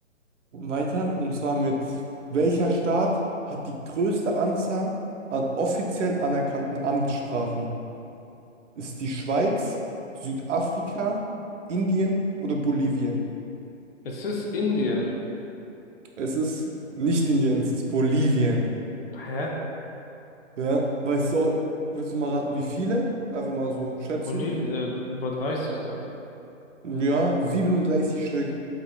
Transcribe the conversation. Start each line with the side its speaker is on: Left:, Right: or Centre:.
Right: Weiter, und zwar mit welcher Staat hat die größte Anzahl an offiziell anerkannten Amtssprachen? Ist die Schweiz, Südafrika, Indien oder Bolivien?
Left: Es ist Indien.
Right: Es ist nicht Indien, es ist Bolivien.
Left: Hä?
Right: Ja, weißt du, willst du mal raten, wie viele? Einfach mal so schätzen.
Left: Bolivien, äh, was weiß ich dann?
Right: Ja, 37 Stück.